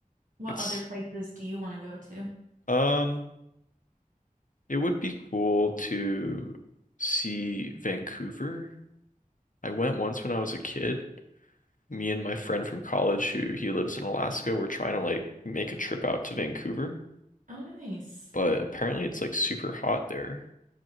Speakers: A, on the right (about 65°); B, on the left (about 65°).
A: What
B: it's
A: other places do you want to go to?
B: um, it would be cool to see Vancouver. I went once when I was a kid. Me and my friend from college who he lives in Alaska, were trying to like make a trip out to Vancouver,
A: Oh, nice.
B: but apparently it's like super hot there.